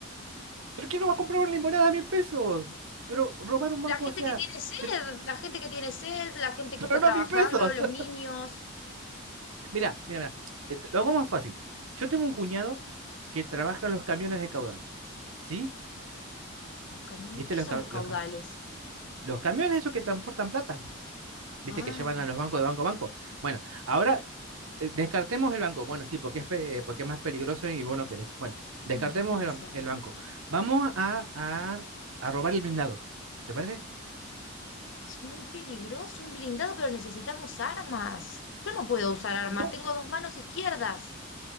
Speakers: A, on the right; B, on the left.
A: ¿Pero quién no va a comprar una limonada a mil pesos? Pero robar un
B: La
A: banco,
B: gente
A: o sea,
B: que tiene sed,
A: se-
B: la gente que tiene sed, la gente
A: pero
B: que está trabajando,
A: no a mil pesos.
B: los
A: <laughs>
B: niños,
A: Mira, mira, mira. eh, te- Lo hago más fácil. Yo tengo un cuñado que trabaja en los camiones de caudales. ¿Sí?
B: los camiones.
A: ¿Viste
B: ¿Qué
A: los,
B: son
A: ca-
B: los caudales?
A: los, ca- los camiones esos que transportan plata? Viste
B: Ah,
A: que llevan a los bancos de banco a banco. Bueno, ahora eh, descartemos el banco. Bueno, sí, porque es, pe- porque es más peligroso y vos no querés. Bueno, descartemos
B: no, es demasiado.
A: el, ban- el banco. Vamos a, a, a robar el blindado. ¿Te parece?
B: Es muy peligroso un blindado, pero necesitamos armas. Yo no puedo usar armas,
A: No,
B: tengo dos manos izquierdas.